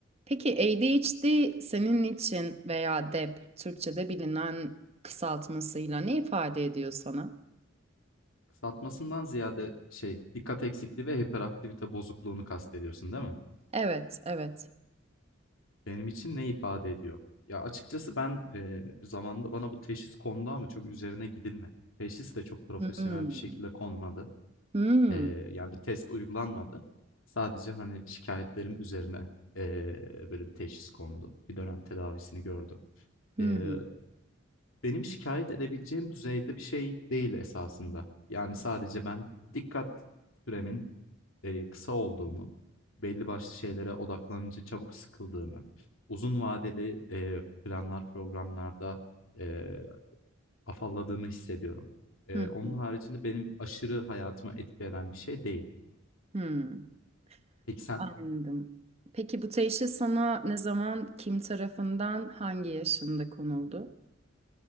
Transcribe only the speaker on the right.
Peki ADHD senin için veya DEP Türkçe'de bilinen kısaltmasıyla ne ifade ediyor sana?
Evet, evet.
Hmm.
Hmm.
Hmm.
Hmm.
Hmm.
Anladım. Peki bu teşhis sana ne zaman, kim tarafından, hangi yaşında konuldu?